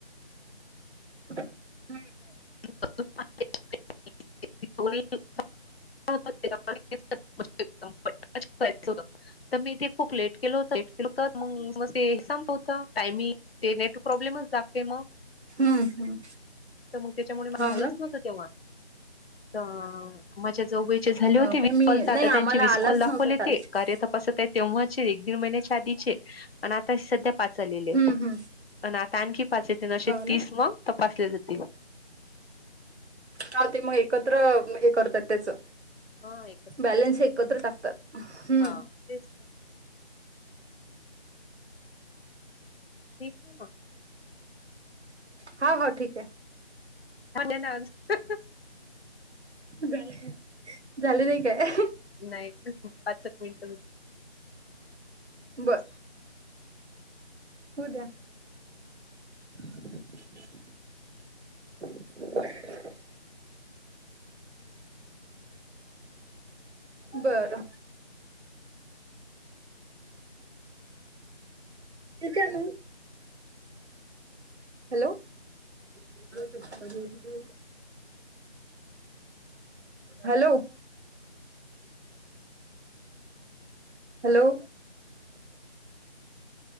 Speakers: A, on the right (about 85°); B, on the left (about 65°).
A: हम्म.
B: <unintelligible> <inaudible> <unintelligible> तर मी ते खूप लेट केलं होत लेट केलं होत मग मी, मग ते संपत होतं टायमिंग. ते नेट प्रॉब्लेमच दाखते मग,
A: हम्म हम्म
B: तर मग त्याच्यामुळे माझ
A: हाव
B: झालंच
A: ना
B: नव्हतं ते. तेव्हा दहा माझ्या जाऊबाईचे झाले
A: हो
B: होते वीस
A: काय मी
B: कॉल तर आता
A: नाही आम्हाला
B: त्यांचे वीस
A: आलाच
B: कॉल दाखवले
A: नव्हता टास्क
B: तेे कार्य तपासत आहे. तेव्हाचे एक दीड महिन्याच्या आधीचे आणि आता सध्या पाच आलेले आहेत
A: हम्म हम्म
B: आणि आता आणखी पाचचे असे
A: हो ना
B: तीस मग तपासले जातील.
A: हा ते मग एकत्र हे करतात त्याचं.
B: हा एकत्र
A: बॅलेन्स एकत्र टाकतात‌. हम्म,
B: हा तेच. ठीक आ
A: हा हा ठीक आहे.
B: <unintelligible>
A: झालं, झाले नाही काय?
B: नाही पाच-सात मिनिटं.
A: बरं होऊद्या. <inaudible> <unintelligible> बरं. कीती आणि. हॅलो! <unintelligible> हॅलो! हॅलो!